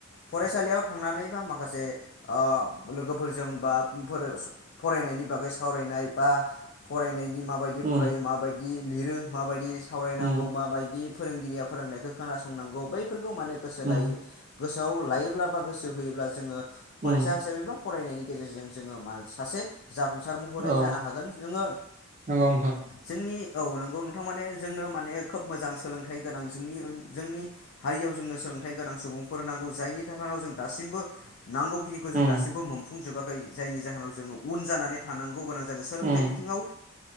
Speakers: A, on the left; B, on the right.
A: फरायसालियाव थांनानै बा माखासे ओ लोगोफोरजों बा फरायनायनि बागै सावरायनाय बा फराय माबायदि फरायो
B: उम
A: माबायदि लिरो माबायदि सावरायनांगौ
B: उम
A: माबायदि फोरोंगिरिया फोरोंनायखौ खोनासंनांगौ बै फोरखौ माने गोसो
B: उम
A: लायै गोसोआव लायोब्ला बा गोसो होयोब्ला जोङो फरायसा
B: उम
A: हिसाबै बा फरायनायनि गेजेरजों जोङो मा सासे जाफुंसार महरै
B: औ
A: जानो हागोन जोङो
B: नंगौ नोंथां
A: जोंनि औ नोंगौ नोंथां माने जोंनो माने खोब मोजां सोलोंथाइ गोनां जोंनि जोंनि हारियाव जोंनो सोलोंथाइ गोनां सुबुंफोर नांगौ जायनि थाखा <unintelligible> नाव जों दासिमबो नांगौखिनिखौ जों
B: उम
A: दासिमबो मोनफुंजोबा <unintelligible> जायनि जाहोनाव जोङो उन जानानै थानांगौ गोनां <unintelligible> सोलोंथाइ
B: उम
A: बिथिङाव